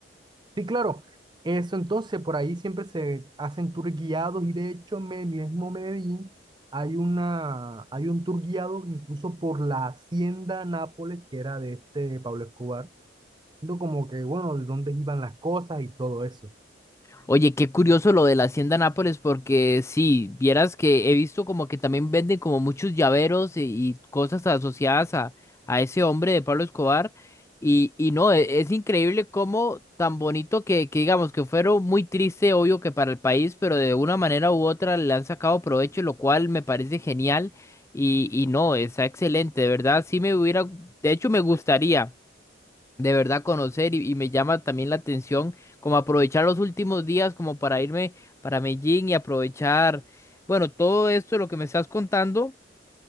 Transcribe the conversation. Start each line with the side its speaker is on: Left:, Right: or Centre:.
Right: Sí, claro. Eso entonces, por ahí siempre se hacen tours guiados y de hecho en el mismo Medellín hay, una, hay un tour guiado incluso por la hacienda Nápoles que era de este Pablo Escobar, viendo como que, bueno, de dónde iban las cosas y todo eso.
Left: Oye, qué curioso lo de la Hacienda Nápoles, porque sí, vieras que he visto como que también venden como muchos llaveros y, y cosas asociadas a, a ese hombre de Pablo Escobar. Y, y no, e- es, increíble cómo tan bonito que, que digamos que fueron muy triste, obvio que para el país, pero de una manera u otra le han sacado provecho, lo cual me parece genial. Y, y no, está excelente, de verdad, sí me hubiera, de hecho me gustaría de verdad conocer y, y me llama también la atención como aprovechar los últimos días como para irme para Medellín y aprovechar, bueno, todo esto lo que me estás contando